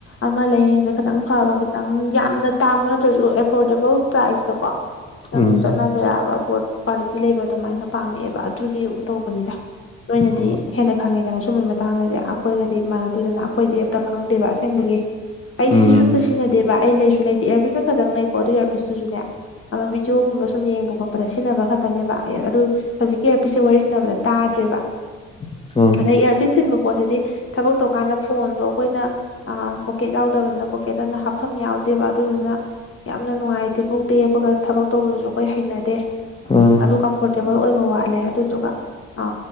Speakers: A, on the left; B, on the left.
A: ꯑꯃ ꯂꯩꯉꯩꯁꯦ ꯈꯤꯇꯪ ꯐꯕ ꯈꯤꯇꯪ ꯌꯥꯝꯅ ꯇꯥꯡꯕ ꯅꯠꯇ꯭ꯔꯁꯨ ꯑꯦꯐꯣꯔꯗꯦꯕꯜ ꯄ꯭ꯔꯥꯏꯖꯇꯀꯣ ꯈꯤꯇꯪ
B: ꯎꯝ
A: ꯆꯠꯅꯕ ꯌꯥꯕ ꯄꯣꯠ ꯀ꯭ꯋꯥꯂꯤꯇꯤ ꯂꯩꯕ ꯑꯗꯨꯃꯥꯏꯅ ꯄꯥꯝꯃꯛꯑꯦꯕ ꯑꯗꯨꯒꯤ ꯇꯧꯕꯅꯤꯗ ꯅꯣꯏꯅꯗꯤ
B: ꯍꯣꯏ
A: ꯍꯦꯟꯅ ꯈꯪꯉꯦꯗꯅ ꯁꯨꯝꯕꯩ ꯃꯇꯥꯡꯗꯗꯤ ꯑꯩꯈꯣꯏꯒꯗꯤ ꯃꯥꯟꯅꯗꯦꯗꯅ ꯑꯩꯈꯣꯏꯗꯤ ꯑꯝꯇ ꯈꯪꯗꯦꯕ ꯑꯁꯦꯡꯕꯒꯤ ꯑꯩ
B: ꯎꯝ
A: ꯁꯤꯁꯨꯁ ꯑꯝꯇ ꯁꯤꯖꯤꯟꯅꯗꯦꯕ ꯑꯩ ꯂꯩꯁꯨ ꯂꯩꯇꯦ ꯏꯌꯥꯔ ꯄꯁ ꯑꯃ ꯈꯛꯇꯪ ꯂꯩꯀꯣ ꯑꯗꯨ ꯏꯔꯄꯤꯁꯇꯨꯁꯨꯅꯦ ꯑꯃ ꯕꯤꯗꯤꯑꯣꯒꯨꯝꯕ ꯁꯨꯝ ꯌꯦꯡꯕ ꯈꯣꯠꯄꯗ ꯁꯤꯟꯅꯕ ꯈ ꯅꯦꯕ ꯑꯗꯨ ꯍꯧꯖꯤꯛꯀꯤ ꯑꯦꯌꯥꯔ ꯄꯁꯦ ꯋꯥꯔꯤ ꯁꯟꯅꯕꯗ ꯇꯥꯗ꯭ꯔꯦꯕ
B: ꯎꯝ
A: ꯑꯗꯩ ꯄꯤꯁꯤꯟꯕ ꯄꯣꯠꯁꯤꯗꯤ ꯊꯕꯛ ꯇꯧꯀꯥꯟꯗ ꯐꯣꯟꯗꯣ ꯑꯩꯈꯣꯏꯅ ꯄꯣꯀꯦꯠ ꯌꯥꯎꯗꯕꯅꯤꯅ ꯄꯣꯀꯦꯠꯇꯅ ꯍꯥꯞꯐꯝ ꯌꯥꯎꯗꯦꯕ ꯑꯗꯨꯗꯨꯅ ꯌꯥꯝꯅ ꯅꯨꯡꯉꯥꯏꯇꯦ ꯄꯣꯛ ꯇ ꯌꯦꯞꯄꯒ ꯊꯕꯛ ꯇꯧꯕꯗꯨꯁꯨ ꯑꯩꯈꯣꯏ ꯍꯩꯅꯗꯦ
B: ꯎꯝ
A: ꯑꯗꯨ ꯀꯝꯐꯣꯔꯇꯦꯕꯜ ꯑꯣꯏꯕ ꯋꯥꯠꯂꯦ ꯑꯗꯨꯗꯨꯒ ꯑ